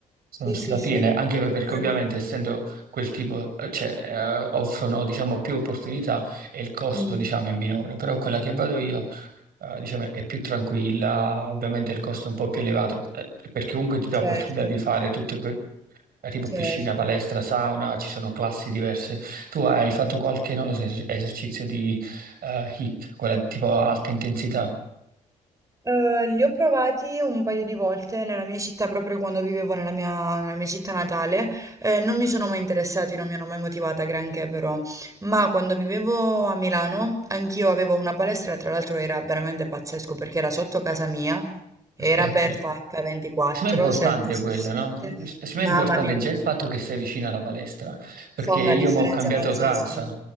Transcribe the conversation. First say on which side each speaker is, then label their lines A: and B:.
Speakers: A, on the right (about 50°); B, on the right (about 15°).
A: Sono
B: Sì,
A: strapiene,
B: sì, sì.
A: anche per- perché
B: Allo
A: ovviamente essendo quel tipo, eh, cioè, eh, offrono, diciamo, più opportunità e il costo,
B: mh,
A: diciamo, è minore. Però quella che vado io eh, diciamo, è più tranquilla, ovviamente il costo è un po' più elevato, eh, perché comunque ti dà
B: certo,
A: l'opportunità di fare tutte que- eh, tipo
B: certo.
A: piscina, palestra, sauna, ci sono classi diverse. Tu hai fatto qualche, non lo so, es- esercizio di hit quella tipo alta intensità?
B: Uhm, li ho provati un paio di volte nella mia città, proprio quando vivevo nella mia nella mia città natale, e non mi sono mai interessati, non mi hanno mai motivata granché però. Ma quando vivevo a Milano, anch'io avevo una palestra, tra l'altro era veramente pazzesco perché era sotto casa mia, era
A: Perfetto.
B: aperta H24,
A: Secondo me è
B: 7
A: importante
B: su
A: quello,
B: 7.
A: no? Se- se- Secondo
B: Mamma
A: me è importante
B: mia.
A: già il fatto che sei vicino alla palestra, perché
B: Fa una
A: io
B: differenza
A: mi ho cambiato
B: pazzesca,
A: casa